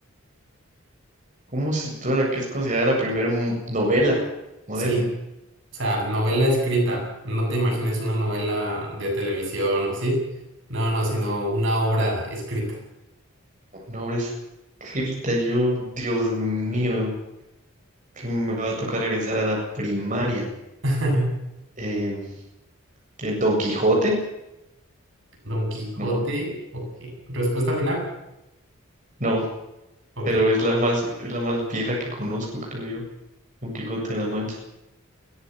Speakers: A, on the right; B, on the right.
A: ¿Cómo se titula la que es considerada la primera novela moderna?
B: Sí. O sea, novela escrita. No te imagines una novela de televisión o así. No, no, sino una obra escrita.
A: Nombres grita y yo, Dios mío, que me va a tocar regresar a la primaria.
B: <laughs>
A: Eh, ¿qué, Don Quijote?
B: Don Quijote,
A: No,
B: ok. Respuesta final,
A: no,
B: ok.
A: pero es la más, es la más vieja que conozco, creo yo. Don Quijote de la Mancha,